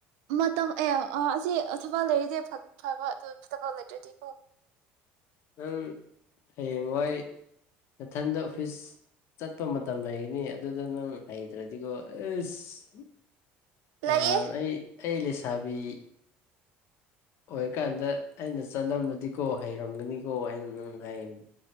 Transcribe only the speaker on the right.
ꯃ ꯃꯇꯝ ꯑꯦ ꯑꯁꯤ ꯊꯕꯛ ꯂꯩꯔꯤꯗꯤ ꯐꯕ ꯑꯗꯨ ꯊꯕꯛ ꯂꯩꯇ꯭ꯔꯗꯤꯀꯣ
ꯂꯩꯌꯦ